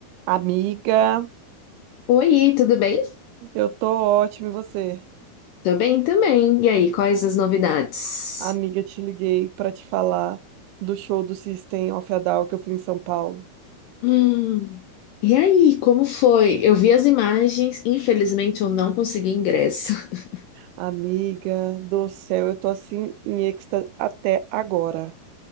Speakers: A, on the right; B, on the left.
A: Amiga,
B: Oi, tudo bem?
A: eu tô ótima, e você?
B: Tô bem também. E aí, quais as novidades?
A: Amiga, te liguei para te falar do show do System of a Down que eu fui em São Paulo.
B: Hum. E aí, como foi? Eu vi as imagens, infelizmente eu não consegui ingresso. <laughs>
A: Amiga do céu, eu tô assim em êxtase até agora.